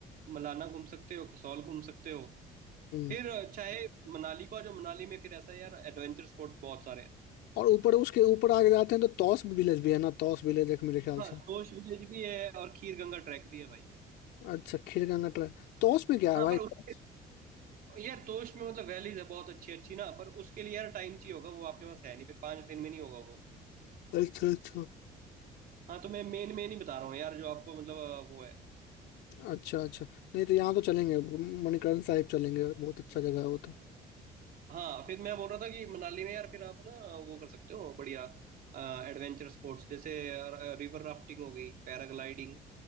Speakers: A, on the right; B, on the left.
A: मलाना घूम सकते हो कसौल घूम सकते हो
B: हम्म।
A: फिर चाहे मनाली को आ जाओ मनाली में फिर ऐसा है यार एडवेंचर स्पोर्ट्स बहुत सारे हैं
B: और ऊपर उसके ऊपर आगे जाते हैं तो तौस विलेज भी है ना तौस विलेज एक मेरे ख्याल
A: हाँ
B: से
A: तोश विलेज भी है और खीर गंगा ट्रैक भी है भाई
B: अच्छा खीरगंगा ट्राई तौस में क्या है
A: हाँ
B: भाई
A: पर
B: तौस
A: उस यार टोस्ट में मतलब वैलीज है बहुत अच्छी अच्छी ना पर उसके लिए यार टाइम चाहिए होगा वो आपके पास है नहीं फिर पाँच दिन में नहीं होगा वो
B: अच्छा अच्छा
A: हाँ तो मैं मेन मेन ही बता रहा हूँ यार जो आपको मतलब अ, वो है
B: अच्छा अच्छा नहीं तो यहाँ तो चलेंगे मणिकरण साहिब चलेंगे बहुत अच्छा जगह है वो तो
A: हाँ फिर मैं बोल रहा था कि मनाली में यार फिर आप ना वो कर सकते हो बढ़िया एडवेंचर स्पोर्ट्स जैसे रिवर राफ्टिंग हो गई पैराग्लाइडिंग